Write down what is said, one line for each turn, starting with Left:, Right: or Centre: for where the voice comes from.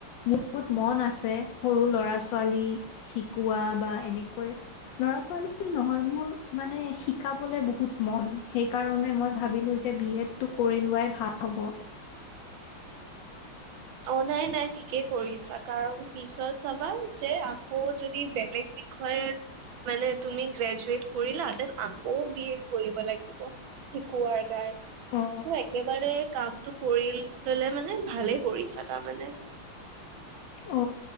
Left: বহুত মন আছে সৰু ল'ৰা-ছোৱালী শিকোৱা বা এনেকৈ ল'ৰা ছোৱালী নহয় মোৰ মানে শিকাবলে বহুত মন, সেইকাৰণে মই ভাবিলো যে যে বি এডটো কৰি লোৱাই ভাল হ'ব।
Right: অ নাই নাই ঠিকেই কৰিছা, কাৰণ পিছত চাবা যে আকৌ যদি বেলেগ বিষয়ে মানে তুমি গ্ৰেজুৱেট কৰিলা, তাৰচত আকৌ বি এড কৰিব লাগিব। শিকোৱাৰ কাৰনে,
Left: অ'।
Right: চ একেবাৰে কামটো কৰি ললে মানে ভালে কৰিছা তাৰমানে?
Left: অ।